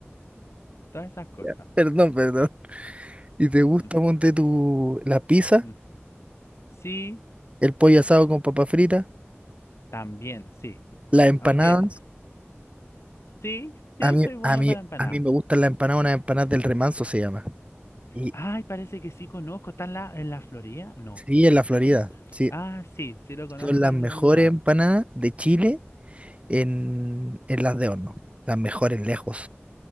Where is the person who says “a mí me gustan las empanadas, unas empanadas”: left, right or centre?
Right